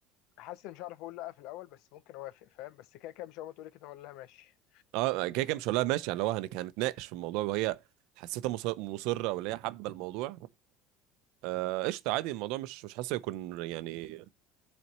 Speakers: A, on the left; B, on the right.
A: حاسس إن مش هعرف اقول لا في الاول بس ممكن اوافق فاهم بس كده كده مش اول ما تقولي كده اقول لها ماشي
B: اه كده كده مش هقول لها ماشي يعني لو هن- هنتناقش في الموضوع وهي حسيتها مص- مصره ولا هي حابه الموضوع آه، قشطه عادي الموضوع مش مش حاسه يكون يعني